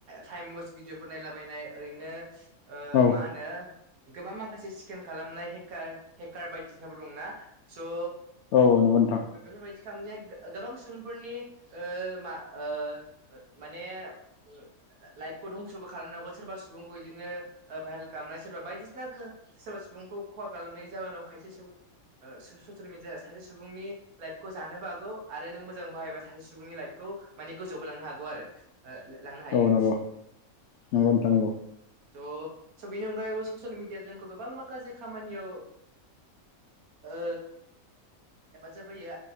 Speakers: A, on the right (about 75°); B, on the left (about 65°).
A: टाइम वेस्ट भिडिअफोर नायलाबायनाय ओरैनो ओ
B: औ
A: मा होनो गोबां माखासे स्केम खालामनाय हेकार हेकार बायदिसिनाबो दंना स' ओ
B: औ नंगौ नोंथां
A: बे-बेफोरबायदि खालामनाया गो गोबां सुबुंफोरनि ओ मा ओ माने ओ लाइफखौ धंस'बो खालामनो हागौ सोरबा सुबुंखौ इदिनो ओ भाइरेल खामनाय सोरबा बायदिसिना खो सोरबा सुबुंखौ खहा खालामनाय जाहोनाव खायसे सुबुं ओ स-ससेल मेदिया सासे सुबुंनि लाइफखौ जानोबो हागौ आरो नों मोजां बाहायबा सासे सुबुंनि लाइफखौ माने गोजौआवबो लांनो हागौ आरो ओ लांनो हायो।
B: औ नंगौ नंगौ
A: ओं
B: नोंथां नंगौ
A: स' स' बेनि अनगायैबो ससियेल मिडिया जोंखौ गोबां माखासे खामानियाव ओ एबाजाब होयो